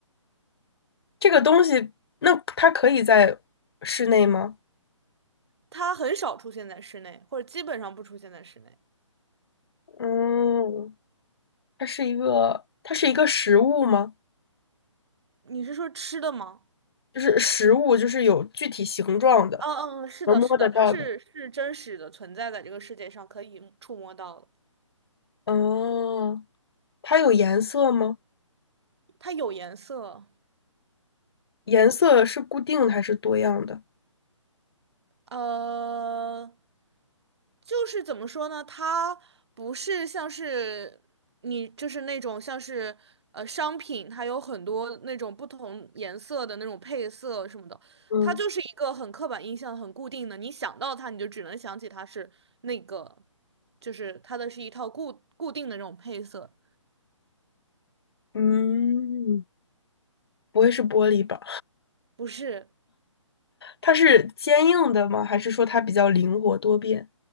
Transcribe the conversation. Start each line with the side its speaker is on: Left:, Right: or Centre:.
Left: 这个东西，那它可以在室内吗？
Right: 它很少出现在室内，或者基本上不出现在室内。
Left: 嗯，它是一个，它是一个实物吗？
Right: 你是说吃的吗？
Left: 就是实物，就是有具体形状的，
Right: 嗯嗯，嗯是的，
Left: 能摸得到的。
Right: 是的，它是是真实的存在在这个世界上，可以触摸到的。
Left: 哦，它有颜色吗？
Right: 它有颜色，
Left: 颜色是固定的还是多样的？
Right: 呃，就是怎么说呢？它不是像是你，就是那种像是呃商品，它有很多那种不同颜色的那种配色什么的，
Left: 嗯。
Right: 它就是一个很刻板印象、很固定的。你想到它，你就只能想起它是那个，就是它的是一套固固定的那种配色，
Left: 嗯，不会是玻璃吧？
Right: 不是，
Left: 它是坚硬的吗？还是说它比较灵活多变，